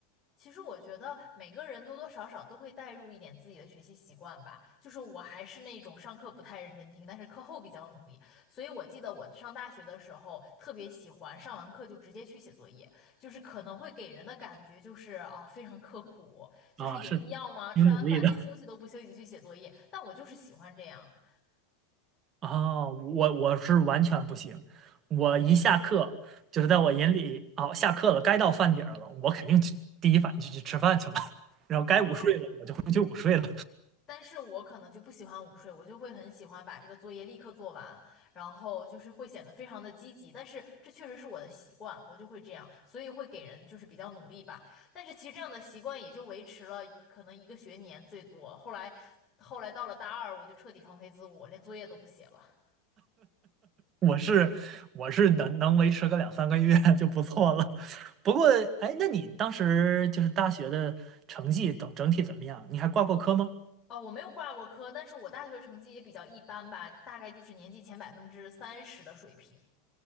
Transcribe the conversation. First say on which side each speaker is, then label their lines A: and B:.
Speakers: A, on the left (about 25°); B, on the right (about 35°).
A: 其实我觉得每个人多多少少都会带入一点自己的学习习惯吧。就是我还是那种上课不太认真听，但是课后比较努力。所以我记得我上大学的时候特别喜欢上完课就直接去写作业，就是可能会给人的感觉就是哦非常刻苦，就是有必要吗？
B: 啊，是挺努力的
A: 吃完饭连休息都不休息就去写作业，但我就是喜欢这样。
B: <laughs> 啊，我我是完全不行，我一下课就是在我眼里啊，下课了该到饭点儿了，我肯定去第一反应就去吃饭去了，<laughs> 然后该午睡了我就回去午睡了。
A: 啊。但是我可能就不喜欢午睡，我就会很喜欢把这个作业立刻做完，然后就是会显得非常的积极。但是这确实是我的习惯，我就会这样，所以会给人就是比较努力吧。但是其实这样的习惯也就维持了可能一个学年最多，后来后来到了大二，我就彻底放飞自我，连作业都不写了。
B: 我是我是能能维持个两三个月 <laughs> 就不错了。不过，哎，那你当时就是大学的成绩等整体怎么样？你还挂过科吗？
A: 哦，我没有挂过科，但是我大学成绩也比较一般吧，大概就是年级前百分之三十的水平。